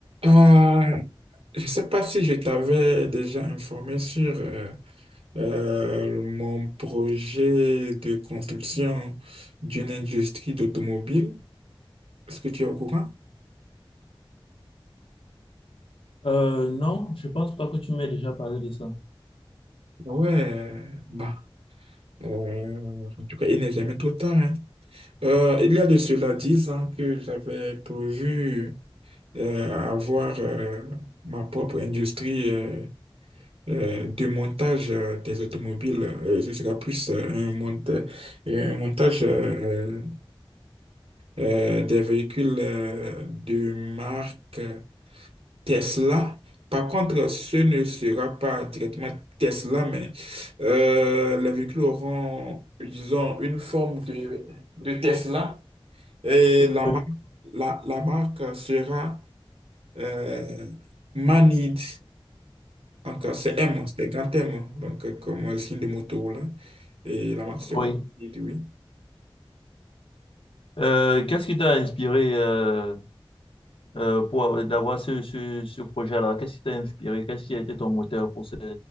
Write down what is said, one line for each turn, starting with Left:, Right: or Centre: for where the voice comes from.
Right: Ah, je ne sais pas si je t'avais déjà informé sur euh, euh, mon projet de construction d'une industrie d'automobile. Est-ce que tu es au courant?
Left: Euh, non, je pense pas que tu m'aies déjà parlé de ça.
Right: Ouais, bah, euh, en tout cas, il n'est jamais trop tard. hein. Euh, il y a de cela dix ans que j'avais prévu euh, avoir euh, ma propre industrie euh, euh, du montage euh, des automobiles, euh, ce sera plus euh, un, monta- euh, un montage euh, euh, euh, des véhicules euh, de marque euh, Tesla. Par contre, ce ne sera pas directement Tesla, mais euh, les véhicules auront, disons, une forme de, de Tesla et la
Left: Oui.
Right: marque, la, la marque sera euh, Manid. Encore, c'est M, c'est grand M, hein. donc euh, comme le signe de moto là. Et la marque sera
Left: Oui.
Right: petite, oui.
Left: Euh, qu'est-ce qui t'a inspiré euh, euh, pour avoir- d'avoir ce, ce, ce projet-là? Qu'est-ce qui t'a inspiré? Qu'est-ce qui a été ton moteur pour ce,